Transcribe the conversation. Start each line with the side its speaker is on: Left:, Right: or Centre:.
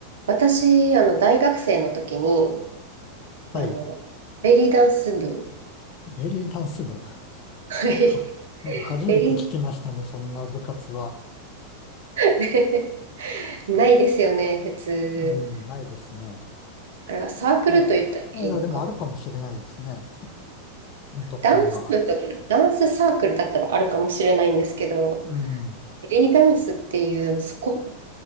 Right: 私、あの、大学生の時に、
Left: はい。
Right: あの、ベリーダンス部。
Left: ベリーダンス部。<laughs>
Right: はい。
Left: は、
Right: <laughs>
Left: なんか初めて聞きましたね、
Right: ベリ
Left: そんな部活は。
Right: ー、<laughs> ないですよね、普通。
Left: うん、ないですね。
Right: あれはサークルと言ったらいいのか。
Left: いや、いや、でもあるかもしれないですね。どっかには。
Right: ダンス部とか、ダンスサークルだったらあるかもしれないんですけど、
Left: うん、
Right: ベリーダンスっていう、そこ